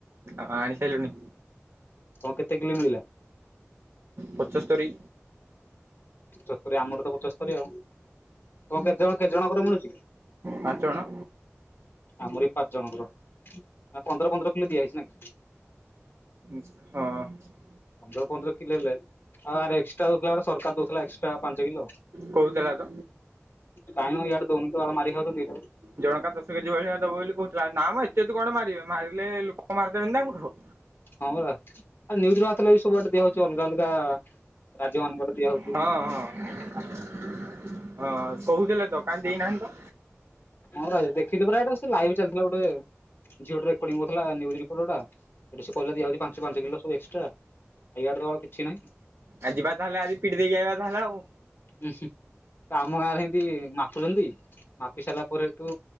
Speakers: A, on the right (about 55°); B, on the left (about 50°).
A: ଆ ଆଣି ସାଇଲୁଣି।
B: ତମ କେତେ କିଲି ମିଳିଲା?
A: ପଚସ୍ତରୀ।
B: ପଚସ୍ତରୀ ଆମର ତ ପଚସ୍ତରୀ ଆଉ, ତମ କେ ଜଣ କେ ଜଣଙ୍କର ମିଳୁଚି?
A: ପାଞ୍ଚ ଣ।
B: ଆମର ବି ପା ଜଣଙ୍କର ପନ୍ଦର ପନ୍ଦର କିଲ ଦିଆ ହେଇଚି ନା କି?
A: ହଁ।
B: ପନ୍ଦର ପନ୍ଦର କିଲ ହେଲେ ଆଉ ଆର୍ ଏକ୍ସଟ୍ରା ଦଉଥିଲା ସରକାର ଦଉଥିଲା ଏକ୍ସଟ୍ରା ପାଞ୍ଚ କିଲ।
A: କହୁଥିଲା ତ
B: କାଇଁ ମ ଇଆଡ଼େ ଦୋଉନି ତ ବାଳ ମାରି ଖାଉଚନ୍ତି।
A: ଜଣକା ଦଶ କେଜି ଭଳିଆ ଦବ ବୋଲି କହୁଥିଲା ନା ମ ଏତେ ଏତେ କୁଆଡୁ ମାରିବେ ମାରିଲେ ଲୋକ ମାରିଦେବନି ତାଙ୍କୁ।
B: ହଁ ପା ଆ ନ୍ୟୁଜ ରେ ବାହାଥିଲା ବି ସବୁଆଡେ ଦିଆ ହଉଛି ଅଲଗା ଅଲଗା ରାଜ୍ୟମାନଙ୍କରେ ଦିଆ ହଉ।
A: ହଁ ହଁ ହଁ କହୁଥିଲେ ତ କାଇଁ ଦେଇନାହାନ୍ତି ତ।
B: ମୁଁ ରା ଦେଖିଲି ପୁରା ଏଟା ସେ ଲାଇଭ ଚାଲିଥିଲା ଗୋଟେ। ଝିଅଟେ ରେକଡିଂ କରୁଥିଲା ନିୟୁଜ ରିପୋର୍ଟ ଟା ସେ କହିଲା ଦିଆ ଯିବ ପାଞ୍ଚ ପାଞ୍ଚ କିଲ ସବୁ ଏକ୍ସଟ୍ରା। ଇଆଡେ <unintelligible> କିଛି ନାଇଁ।
A: ଆ ଯିବା ତାହେଲେ ଆଜି ପିଟ ଦେଇକି ଆଇବା ତାହେଲେ ଆଉ।
B: ଉଁ ହୁଁ ତ ଆମ ଗାଁରେ ଏମତି ମାପୁଛନ୍ତି? ପି ସାରିଲା ପରେ ହେଟୁ